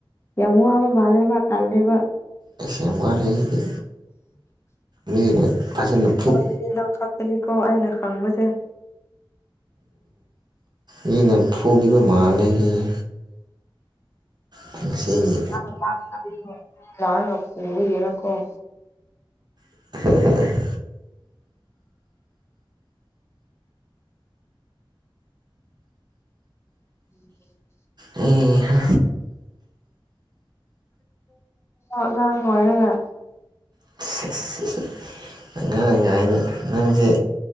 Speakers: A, on the left; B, on the right.
A: ꯌꯥꯝ ꯋꯥꯕ ꯃꯥꯜꯂ‌ꯦꯕ ꯇꯜꯂ‌ꯦꯕ
B: ꯑꯦꯁ ꯌꯥꯝ ꯋꯥꯔꯦꯁꯤꯗꯤ ꯃꯤꯅ ꯐꯖꯅ ꯐꯨꯠ
A: ꯁꯤꯗꯤ ꯅꯪ ꯈꯛꯇꯅꯤꯀ‌ꯣ ꯑꯩꯅ ꯈꯪꯕꯁꯦ
B: ꯃꯤꯅ ꯐꯨꯕꯤꯕ ꯃꯥꯂꯦ ꯁꯤꯁꯦ ꯀꯨꯝꯁꯤꯒꯤ
A: <unintelligible> ꯌꯥꯔꯒꯥ ꯄꯨꯕꯤꯒ‌ꯤꯔꯀ‌ꯣ
B: <unintelligible>
A: <unintelligible>
B: ꯍꯩ ꯍꯥ
A: ꯑꯉꯥꯡ ꯂꯣꯏꯔꯒ
B: <unintelligible> ꯑꯉꯥꯡꯒꯥꯏꯅ ꯅꯪꯖꯤ